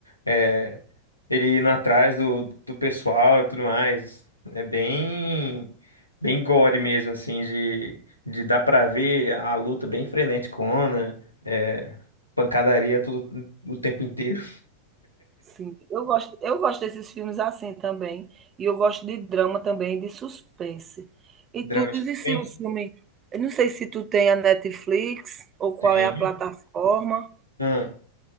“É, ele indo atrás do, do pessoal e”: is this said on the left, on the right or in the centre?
Left